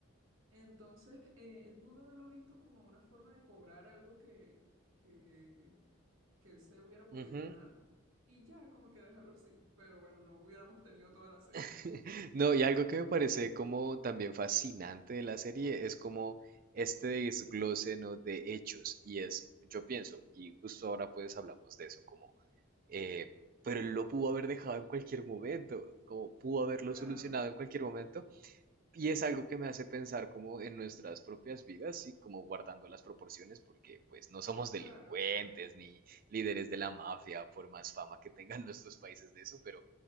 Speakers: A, on the right; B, on the right.
A: Entonces, eh, él pudo haberlo visto como una forma de cobrar algo que, que, que él se hubiera podido
B: Ujú,
A: ganar y ya, como que dejarlo así. Pero bueno, no hubiéramos tenido toda la serie.
B: <laughs> No, y algo que me parece como también fascinante de la serie es como este desglose, ¿no? de hechos. Y es, yo pienso, y justo ahora pues hablamos de eso, como, eh, pero él lo pudo haber dejado en cualquier momento, como pudo haberlo
A: Claro,
B: solucionado en cualquier momento, y es algo que me hace pensar como en nuestras propias vidas, sí, como guardando las proporciones, porque pues no somos delincuentes
A: claro, claro.
B: ni líderes de la mafia, por más fama que tengan <laughs> nuestros países de eso, pero